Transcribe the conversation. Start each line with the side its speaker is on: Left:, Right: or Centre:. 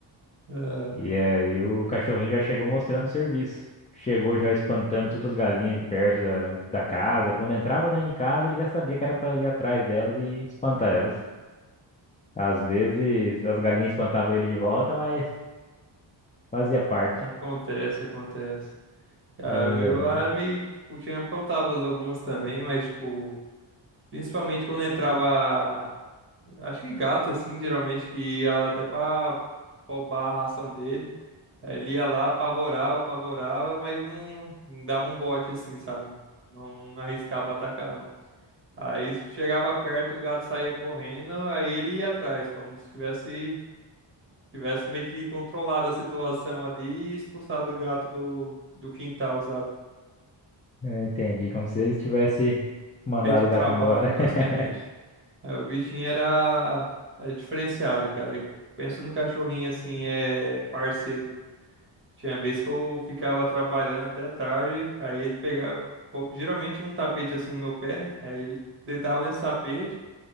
Right: É,
Left: E aí o cachorrinho já chegou mostrando serviço. Chegou já espantando todas as galinhas de perto da, da casa. Quando entrava dentro de casa, ele já sabia que era pra ir atrás delas e espantar elas. Às vezes as galinhas espantavam ele de volta, mas fazia parte.
Right: acontece, acontece. Cara,
Left: É,
Right: o meu era meio, tipo, tinha aprontava algumas também, mas, tipo, principalmente quando entrava, acho que gato, assim, geralmente, que ia lá até pra roubar a ração dele. Aí ele ia lá, apavorava, apavorava, mas não, não dava um bote, assim, sabe? Não arriscava atacar, não. Aí chegava perto, o gato saía correndo, aí ele ia atrás, como se tivesse, tivesse meio que controlado a situação ali e expulsado o gato do, do quintal, sabe?
Left: é, entendi. Como se eles tivessem mandado
Right: feito o trabalho,
Left: o gato embora.
Right: basicamente.
Left: <laughs>
Right: Aí o bichinho era, era diferenciado, cara. E Pensa no cachorrinho assim, é parceiro. Tinha vez que eu ficava trabalhando até tarde, aí ele pegava. pô, Geralmente tinha um tapete assim no meu pé, né? Aí ele deitava nesse tapete